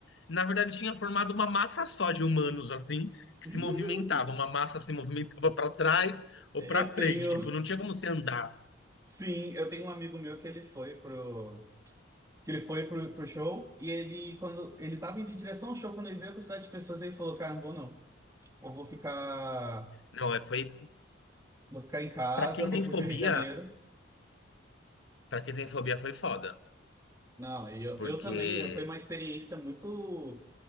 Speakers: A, on the left (about 75°); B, on the right (about 15°).
A: Na verdade, tinha formado uma massa só de humanos, assim, que
B: <laughs>
A: se movimentava. Uma massa se movimentava para trás ou
B: Eu
A: para
B: tenho.
A: frente. Tipo, não tinha como você andar.
B: Sim, eu tenho um amigo meu que ele foi pro que ele foi pro, pro show e ele quando ele tava indo em direção ao show quando ele viu a quantidade de pessoas ele falou, cara, não vou não. Eu vou ficar
A: Não, é, foi.
B: vou ficar em casa,
A: Para quem
B: vou
A: tem
B: curtir
A: fobia,
B: o Rio de Janeiro.
A: para quem tem fobia foi foda.
B: Não, e eu,
A: Porque
B: eu também, eh, foi uma experiência muito